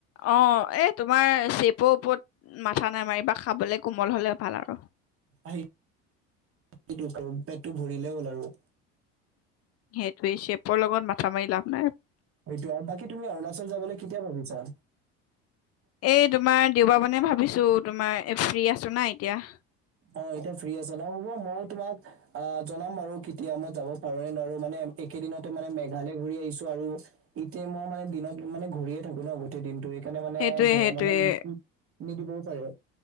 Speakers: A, on the left (about 50°); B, on the right (about 45°).
A: অ এই তোমাৰ চেপৰ ওপৰত মাথা নামাৰিবা খাবলে কোমল হ'লে ভাল আৰু
B: আহি সেইটো কৰো পেটতো ভৰিলে হ'ল আৰু
A: সেইটোৱে চেপৰ লগত মাথা মাৰি লাভ নাই
B: সেইটো আৰু বাকী তুমি অৰুণাচল যাবলৈ কেতিয়া ভাবিছা
A: এই তোমাৰ দেওবা মানে ভাবিছো তোমাৰ ফ্ৰী আছো না এতিয়া
B: অ এতিয়া ফ্ৰী আছে ন হ'ব মই তোমাক অ জনাম বাৰু কেতিয়া মই যাব পাৰো নে নোৱাৰো মানে এইকেদিনতে মানে মেঘালয় ঘূৰি আহিছো আৰু এতিয়া মই মানে দিনত মানে ঘূৰিয়ে থাকো ন গোটেই দিনটো সেইকাৰণে মানে
A: সেইটোয়ে
B: ঘৰৰ
A: সেইটোয়ে
B: মানুহ মোক নিদিবও পাৰে